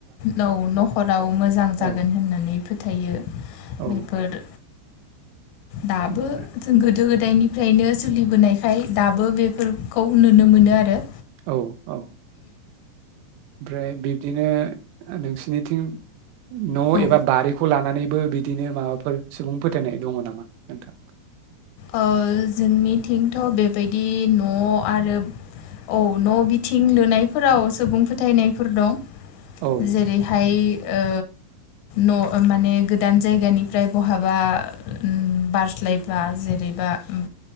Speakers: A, on the left; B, on the right.
A: नौ नखराव मोजां
B: औ
A: जागोन होननानै फोथायो
B: औ
A: बेफोर दाबो
B: ओमफ्राय
A: जों गोदो गोद गोदायनिफ्रायनो सोलिबोनायखाय दाबो बेफोरखौ नुनो मोनो आरो।
B: औ औ। ओमफ्राय बिब्दिनो नोंसिनिथिं न'
A: औ
B: एबा बारिखौ लानानै बो बिदिनो माबाफोर सुबुं फोथायनाय दङ नामा नोंथां
A: ओ जोंनिथिंथ' बेबायदि न' आरो औ न' बिथिं लुनायफोराव सुबुं फोथायनायफोर दं।
B: औ
A: जेरैहाय ओ न' माने गोदान जायगानिफ्राय बहाबा ओम बारस्लायबा जे। जेरैबा ओम